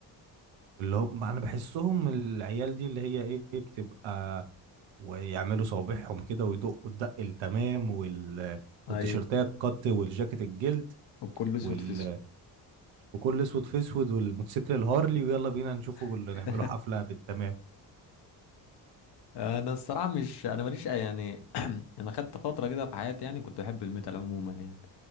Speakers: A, on the right (about 75°); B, on the left (about 60°).
A: اللي هم انا بحسهم العيال دي اللي هي ايه بتبقى ويعملوا صوابعهم كده ويدقوا الدق التمام وال والتيشيرتات
B: ايوه
A: القط والجاكيت الجلد
B: وكله اسود
A: وال...
B: في اسود
A: وكل اسود في اسود والموتوسيكل الهارلي ويلا بينا نشوفه اللي
B: <laughs>
A: نعمله حفله في التمام
B: انا الصراحه مش انا ماليش أي- يعني <clears throat> انا خدت فتره كده في حياتي يعني كنت بحب الميتال عموما يعني